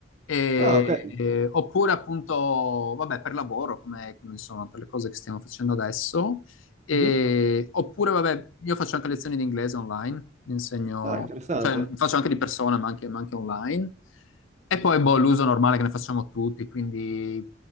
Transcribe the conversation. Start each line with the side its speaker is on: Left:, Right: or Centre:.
Left: E-
Right: ah, ok.
Left: e- oppure appunto, vabbè, per lavoro, come, come, insomma, per le cose che stiamo facendo adesso. E-
Right: Mhm.
Left: oppure, vabbè, io faccio anche lezioni di inglese online, insegno,
Right: Ah, interessante.
Left: cioè faccio anche di persona, ma anche, ma anche online. E poi, boh, l'uso normale che ne facciamo tutti, quindi